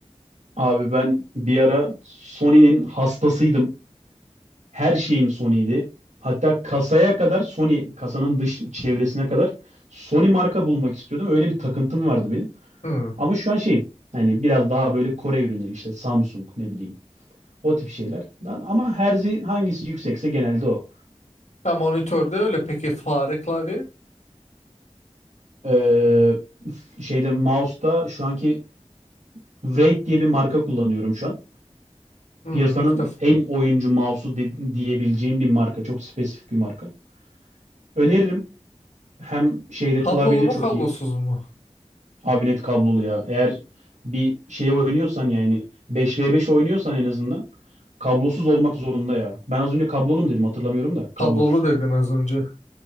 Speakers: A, on the right; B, on the left.
A: abi ben bir ara Sony'nin hastasıydım. Her şeyim Sony'ydi. Hatta kasaya kadar Sony, kasanın dış çevresine kadar Sony marka bulmak istiyordum. Öyle bir takıntım vardı benim.
B: Hmm.
A: Ama şu an şey hani biraz daha böyle Kore ürünleri işte Samsung ne bileyim o tip şeyler. Lan Ama herzi hangisi yüksekse genelde o.
B: Ha, monitörde öyle. Peki fare klavye?
A: Ee, f- şeyde mouse'da şu anki Wraith diye bir marka kullanıyorum şu an.
B: Hmm,
A: Piyasanın
B: ilk defa.
A: en oyuncu mouse'u de- diyebileceğin bir marka. Çok spesifik bir marka. Öneririm. Hem şeyde
B: Kablolu
A: klavyede
B: mu
A: çok
B: kablosuz
A: iyi.
B: mu?
A: Abi net kablolu ya. Eğer bir şey oynuyorsan yani 5v5 oynuyorsan en azından kablosuz olmak zorunda ya. Ben az önce kablolum dedim hatırlamıyorum da kablosuz.
B: Kablolu dedin az önce.